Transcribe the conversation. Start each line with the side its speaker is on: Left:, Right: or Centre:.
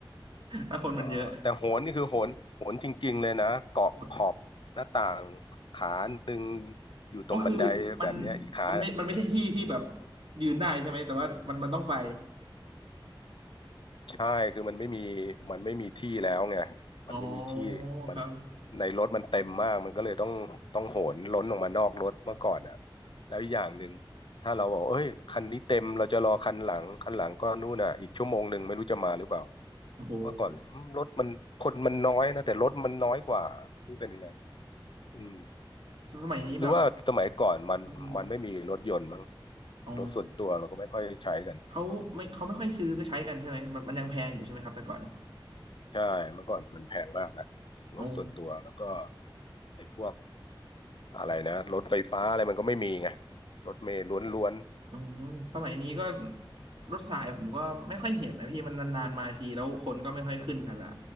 Right: ถ้าคนมันเยอะ
Left: เหรอแต่โหนนี่คือโหนโหนจริงๆเลยนะเกาะขอบหน้าต่าง
Right: <laughs>
Left: ขาหนึ่งอยู่ตรงบันไดแบบเนี้ยอีกขา
Right: ก็คือมันมันไม่มันไม่ใช่ที่ที่แบบยืนได้ใช่ไหม แต่ว่ามันมันต้องไป
Left: ใช่คือมันไม่มีมันไม่มีที่แล้วไง
Right: อ๋อ
Left: มันไม่มีที่มัน
Right: ครับ
Left: ในรถมันเต็มมากมันก็เลยต้องต้องโหนล้นออกมานอกรถเมื่อก่อนอ่ะแล้วอีกอย่างหนึ่งถ้าเราบอกเอ้ยคันนี้เต็มเราจะรอคันหลังคันหลังก็นู่นอ่ะอีกชั่วโมงหนึ่งไม่รู้จะมาหรือเปล่า
Right: โอ้โห
Left: เมื่อก่อนรถมันคนมันน้อยนะแต่รถมันน้อยกว่าไม่รู้เป็นยังไงอืม
Right: สมัยนี้แบบ
Left: หรือว่าสมัยก่อนมันมันไม่มีรถยนต์มั้ง
Right: มันอ๋อ
Left: รถส่วนตัวเราก็ไม่ค่อยใช้กัน
Right: เขาไม่เขาไม่ค่อยซื้อก็ใช้กันใช่ไหม มันมันยังแพงอยู่ใช่ไหมครับแต่ก่อน
Left: ใช่เมื่อก่อนมันแพงมากนะรถส่วนตัวแล้วก็
Right: อ๋อ
Left: ไอ้พวกอะไรนะรถไฟฟ้าอะไรมันก็ไม่มีไงรถเมล์ล้วน
Right: อ๋อสมัยนี้ก็
Left: ๆอืม
Right: รถสายผมก็ไม่ค่อยเห็นนะพี่มันนานๆมาทีแล้วคนก็ไม่ค่อยขึ้นกันละ